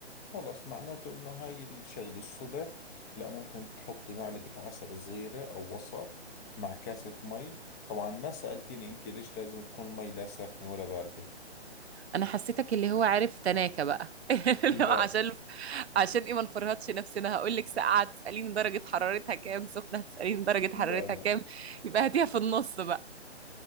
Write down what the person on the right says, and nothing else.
انا حسيتك اللي هو عارف تناكة بقى <laughs>
لو عشان عشان ايه ما نفرهدش نفسنا هقول لك ساقعه تساليني درجه حرارتها كام سخنه هتساليني درجه
حرارتها
كام يبقى هاتيها في النص بقى